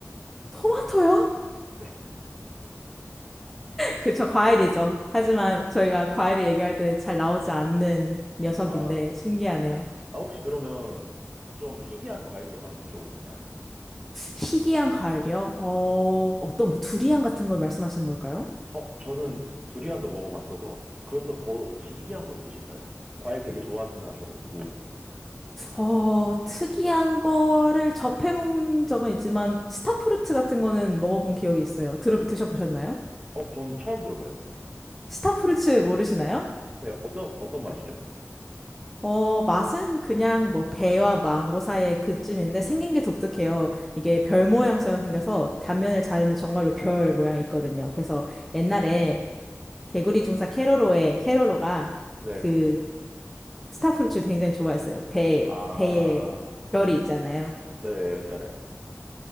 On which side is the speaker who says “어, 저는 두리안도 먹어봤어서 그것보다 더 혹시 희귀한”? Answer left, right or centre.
Right